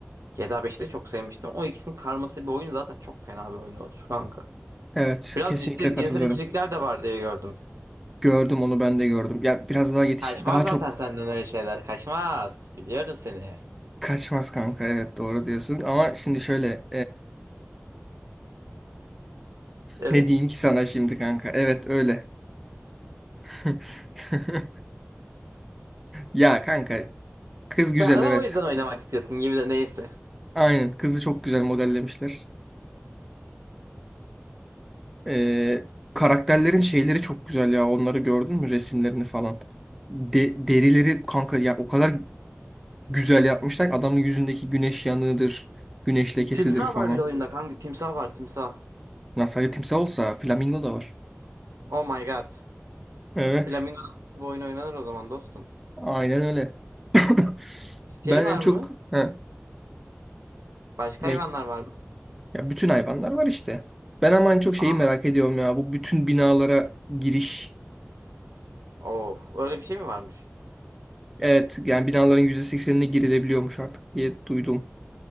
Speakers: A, on the right; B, in the centre.
A: GTA 5'i de çok sevmiştim. O ikisinin karması bir oyun zaten çok fena bir oyun olur kanka.
B: Evet,
A: Biraz
B: kesinlikle
A: cinsel,
B: katılıyorum.
A: cinsel içerikler de var diye gördüm.
B: Gördüm onu ben de gördüm. Ya biraz daha yetiş
A: Kaçmaz
B: daha
A: zaten
B: çok
A: senden öyle şeyler. Kaçmaz. Biliyorum seni.
B: kaçmaz kanka. Evet doğru diyorsun. Ama şimdi şöyle
A: Evet.
B: Ne diyeyim ki sana şimdi kanka? Evet öyle. <laughs> Ya kanka kız
A: Sen,
B: güzel
A: sen
B: evet.
A: o yüzden oynamak istiyorsun gibi de neyse.
B: Aynen kızı çok güzel modellemişler. Ee, karakterlerin şeyleri çok güzel ya. Onları gördün mü resimlerini falan? De- derileri kanka ya o kadar güzel yapmışlar. ki Adamın yüzündeki güneş yanığıdır, güneş lekesidir
A: Timsah
B: falan.
A: var bir de oyunda kanka. Timsah var timsah.
B: Ya sadece timsah olsa flamingo da var.
A: Oh my god.
B: Evet.
A: Flamingo'da bu oyun oynanır o zaman dostum.
B: Aynen öyle. <clears throat>
A: Şey
B: Ben
A: var
B: en çok...
A: mı?
B: Ha,
A: Başka
B: ne?
A: hayvanlar var mı?
B: Ya bütün hayvanlar var işte. Ben ama en çok
A: Aa,
B: şeyi merak ediyorum ya. Bu bütün binalara giriş.
A: of. Öyle bir şey mi varmış?
B: Evet yani binaların yüzde seksenine girilebiliyormuş artık diye duydum.